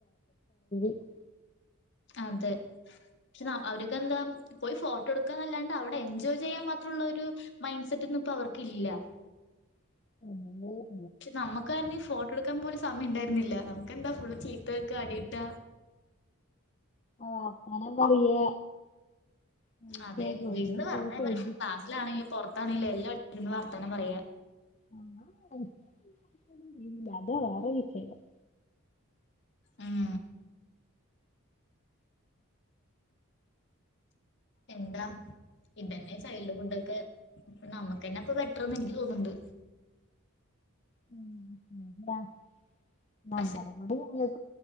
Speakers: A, on the left; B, on the left.
A: <unintelligible> <unintelligible>
B: അതെ പക്ഷെഅവര് ക്കെന്താ പോയി ഫോട്ടോ എടുക്കുകന്നല്ലാണ്ടേ അവടെ എൻജോയ് ചെയ്യാൻ മാത്രള്ളരു മൈൻഡ് സെറ്റ് ഒന്നും ഇപ്പ അവർക്കില്ല. ഉം
A: <unintelligible>
B: പക്ഷേ നമ്മുക്കാരന്നെങ്കിൽ ഫോട്ടോ എടുക്കാൻ പോലും സമയണ്ടായിരുന്നില്ല. നമുക്കെന്താ? ഫുൾ ചീത്തകേക്കാ അടിട്ടാ
A: ആ അങ്ങനേം പറയാ കളിക്കാനോ
B: അതെ. <unintelligible>
A: ഞാൻ ശ്രദ്ധിച്ചില്ല
B: ക്ലാസ്സിലാണെങ്കിലും പൊറ ണേലും എല്ലാം ഇരുന്ന് വർത്താനം പറയാ
A: ആ <inaudible> ഇല്ലാ അതാ വേറെ വിഷയം.
B: ഉം എന്താ? ഇതന്നെ ചൈൽഡ്ഹുഡ് ഒക്കെ. അപ്പോ നമ്മുക്കന്നെ അപ്പ ബെറ്റർന്ന് എനിക്ക് തോന്നണ്ട്.
A: ഉം <unintelligible> നമ്മടേം
B: പക്ഷെ
A: കൂടീണ്ട്